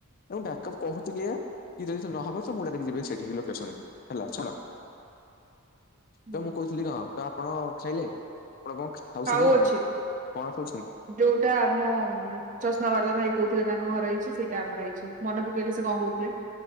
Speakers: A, on the left (about 40°); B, on the right (about 35°).
A: ମୁଁ ବ୍ୟାକ୍ ଅପ୍ କହୁଚି କି ଏଆ କି ଯଦି ସେ ନହବ ସ ମୁଁ ଡ଼ା <unintelligible> ଯିବେ ସେଠିକି ଲୋକେସନ୍ କୁ ହେଲା ଛାଡ଼।
B: ହୁଁ।
A: ତ ମୁଁ କହୁଥିଲି କଁ ତ ଆପଣ ଖାଇଲେ ଆପଣ କଁ ଖାଉଛନ୍ତି
B: ଆଉ
A: କଣ
B: ଅଛି।
A: କଣ ଖାଉଛନ୍ତି?
B: ଯୋଉଟା ଆମ ଚଷମା ବାଲା ଭାଇ କହୁଥିଲେ ତାଙ୍କ ଘରେ ହେଇଚି ସେଇଟା ଆମର ହେଇଚି ମନେ ପକେଇଲେ ସେ କଁ କହୁଥିଲେ?